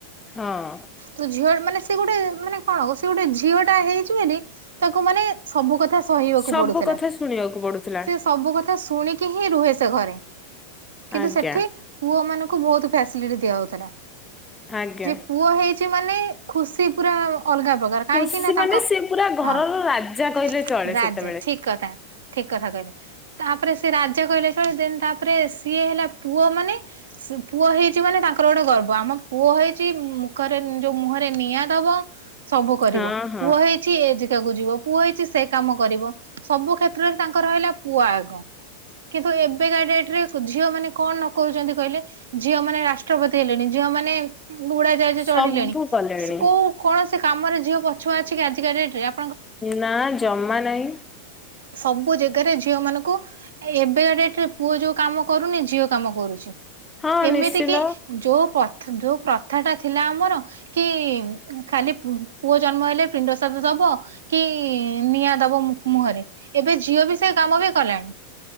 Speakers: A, on the left; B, on the right.
A: ହଁ।
B: ତୁ ଝିଅ ମାନେ ସେ ଗୋଟେ ମାନେ କଣ ସିଏ ଗୋଟେ ଝିଅ ଟା ହେଇଚି ବୋଲି ତାକୁ ମାନେ ସବୁ କଥା ସହିବାକୁ
A: ସବୁ
B: ପଡୁଥିଲା।
A: କଥା ଶୁଣିବାକୁ ପଡୁଥିଲା
B: ସେ ସବୁକଥା ଶୁଣିକି ହିଁ ରୁହେ ସେ ଘରେ
A: ଆଜ୍ଞା
B: କିନ୍ତୁ ସେଠି ପୁଅ ମାନଙ୍କୁ ବହୁତ ଫ୍ୟାସିଲିଟି ଦିଆଯାଉଥିଲା।
A: ଆଜ୍ଞା।
B: ଯେ ପୁଅ ହେଇଚି ମାନେ ଖୁସି ପୁରା ଅଲଗା ପ୍ରକାର। <unintelligible> କାହିଁକି
A: ଖୁସି
B: ନା
A: ମାନେ
B: ତାଙ୍କ
A: ସେ ପୁରା ଘରର
B: ହଁ-
A: ରାଜା କହିଲେ ଚଳେ
B: ରାଜା
A: ସେତେବେଳେ।
B: ଠିକ୍ କଥା। ଠିକ୍ କଥା କହିଲେ ତାପରେ ସେ ରାଜା କହିଲେ <unintelligible> ଦେନ୍ ତାପରେ ସିଏ ହେଲା ପୁଅ ମାନେ ପୁଅ ହେଇଚି ମାନେ ତାଙ୍କର ଗୋଟେ ଗର୍ବ। ଆମ ପୁଅ ହେଇଚି ମୁଖରେ ଯଉ ମୁହଁରେ ନିଆଁ ଦବ ସବୁ କରିବ
A: ହଁ ହଁ
B: ପୁଅ ହେଇ କିଛି ଏ ଜାଗାକୁ ଯିବ ପୁଅ ହେଇଚି ସେ କାମ କରିବ ସବୁ କ୍ଷେତ୍ରରେ ତାଙ୍କର ରହିଲା ପୁଅ ଆଗ। କିନ୍ତୁ ଏବେକା ଡେଟ୍ ରେ ଝିଅ ମାନେ କଣ ନ କରୁଚନ୍ତି କହିଲେ। ଝିଅ ମାନେ ରାଷ୍ଟ୍ରପତି ହେଲେଣି ଝିଅ ମାନେ ଉଡାଜାହାଜ
A: ସବୁ
B: ଚଢିଲେଣି
A: କଲେଣି
B: କଉ କୌଣସି କାମ ଝିଅ ପଛୁଆ ଅଛିକି ଆଜିକା ଡେଟ୍ ରେ ଆ
A: ନା ଜମା ନାହିଁ।
B: ସବୁ ଜେଗାରେ ଝିଅ ମାନଙ୍କୁ ଏବେକା ଡେଟ୍ ରେ ପୁଅ ଯଉ କାମ କରୁନି ଝିଅ କାମ କରୁଚି।
A: ହଁ
B: ଏମିତି
A: ନିଶ୍ଚିନ୍ତ
B: କି ଯଉ ପଥା- ଯଉ ପ୍ରଥା ଟା ଥିଲା ଆମର କି ଖାଲି ପୁ-ପୁଅ ଜନ୍ମ ହେଲେ ପିଣ୍ଡ ଶ୍ରାଦ୍ଧ ଦବ କି ନିଆଁ ଦବ ମୁ- ମୁହଁରେ ଏବେ ଝିଅ ବି ସେ କାମ ବି କଲାଣି।